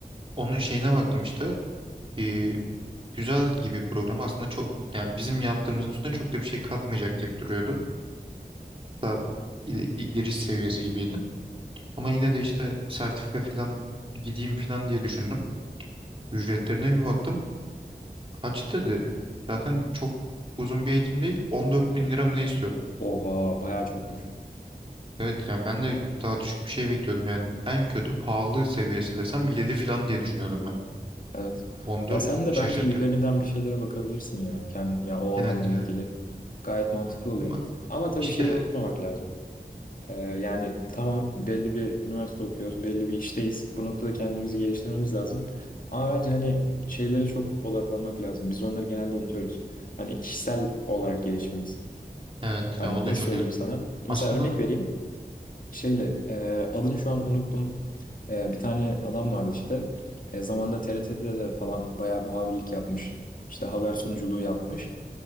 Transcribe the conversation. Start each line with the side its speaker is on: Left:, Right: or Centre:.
Right: Onun şeyine baktım işte. E, Güzel gibi program aslında çok yani bizim yaptığımızın üstüne çok da bir şey katmayacak gibi duruyordu. Daha il- giriş seviyesi gibiydi. Ama yine de işte sertifika falan bir gideyim falan diye düşündüm. Ücretlerine bir baktım. Kaç dedi? Zaten çok uzun bir eğitim değil. 14 bin lira mı ne istiyorlar?
Left: Oha bayağı çokmuş.
Right: Evet yani ben de daha düşük bir şey bekliyordum. Yani en kötü pahalı seviyesi desem 7 falan diye düşünüyordum ben.
Left: Evet.
Right: 14
Left: Ya sen de
Right: şaşırttı.
Left: bence Udemy'den
Right: beni.
Left: bir şeylere bakabilirsin ya. Kend, ya o alanla
Right: Evet
Left: ilgili.
Right: ya.
Left: Gayet mantıklı oluyor.
Right: Ama
Left: Ama tabii
Right: işte
Left: şeyi unutmamak lazım. Ee, yani tamam belli bir üniversite okuyoruz, belli bir işteyiz. Bu noktada kendimizi geliştirmemiz lazım. Ama bence hani şeylere çok odaklanmak lazım. Biz onları genelde unutuyoruz. Hani kişisel olarak gelişimimiz.
Right: evet
Left: Hani
Right: ya o da
Left: nasıl
Right: çok
Left: söyleyeyim
Right: önemli.
Left: sana? Mesela
Right: Aslında
Left: örnek vereyim şeyle e, adını şu an unuttum. E, bir tane adam vardı işte. E, zamanda TRT'de de falan bayağı muhabirlik yapmış. İşte haber sunuculuğu yapmış.